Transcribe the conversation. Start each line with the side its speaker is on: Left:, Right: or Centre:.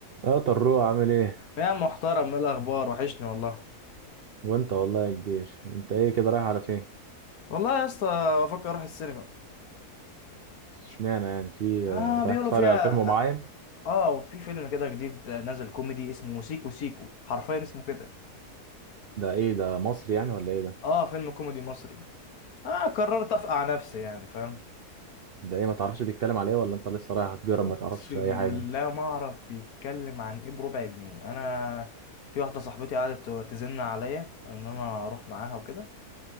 Right: يا طروق عامل ايه
Left: يا محترم ايه الاخبار وحشني والله
Right: وانت والله يا كبير انت ايه كده رايح على فين
Left: والله يا اسطى بفكر اروح السينما
Right: اشمعنى يعني في
Left: اه بيقولوا
Right: رايح تتفرج
Left: فيها
Right: على فيلم معين
Left: اه في فيلم كده جديد نازل كوميدي اسمه سيكو سيكو حرفيا اسمه كده
Right: ده ايه ده مصري يعني ولا ايه ده
Left: اه فيلم كوميدي مصري اه قررت افقع نفسي يعني فاهم
Right: ده ايه ما تعرفش بيتكلم على ايه ولا انت لسه رايح هتجرب
Left: اقسم
Right: ما تعرفش اي حاجه
Left: بالله ما اعرف بيتكلم عن ايه بربع جنيه انا في واحده صاحبتي قعدت تزن عليا ان انا اروح معاها وكده